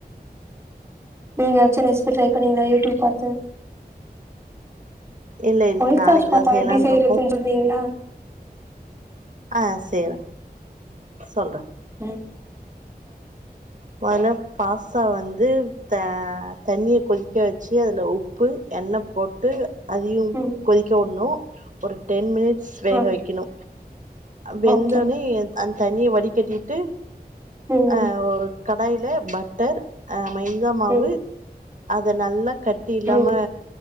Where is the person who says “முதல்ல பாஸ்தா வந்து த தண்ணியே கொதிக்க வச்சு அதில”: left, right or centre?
Right